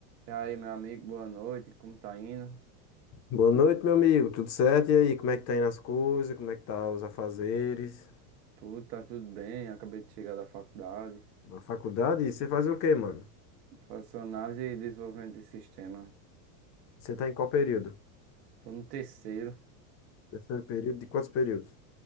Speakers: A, on the right; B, on the left.
A: E aí, meu amigo, boa noite, como tá indo?
B: Boa noite, meu amigo. Tudo certo? E aí, como é que tá indo as coisas? Como é que tá os afazeres?
A: Tudo, tá tudo bem, acabei de chegar da faculdade.
B: Na faculdade? E você faz o quê, mano?
A: Faço análise e desenvolvimento de sistema.
B: Você tá em qual período?
A: Tô no terceiro,
B: Terceiro período? De quantos períodos?